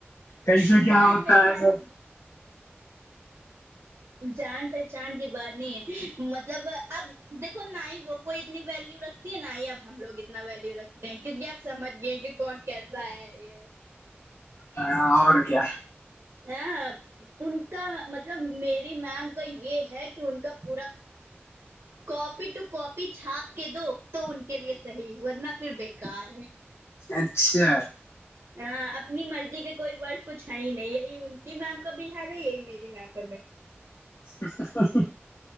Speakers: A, on the left; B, on the right.
A: کیسے
B: جان
A: کیا ہوتا
B: پہچان
A: ہے سب
B: جان پہچان کی بات نہیں ہے مطلب اب دیکھو نہ ہی وہ کوئی اتنی ویلو رکھتی ہے نہ ہی اب ہم لوگ اتنا ویلو رکھ کیونک اب سمجھ گئے کہ کون کیسا ہے یہ
A: ہاں اور کیا
B: ہاں ان کا مطلب میری میم کا یہ ہے کہ ان کا پورا کاپی ٹو کاپی چھاپ کے دو تو ان کے لیے صحیح ورنہ پھر بیکار ہے
A: اچھا
B: ہ اپنی مرضی کے کوئی ورڈ کچھ ہے ہی نہیں یہی ان کی میم کا بھی حال یہی میری میم کا بھی
A: ہی ہی ہی ہی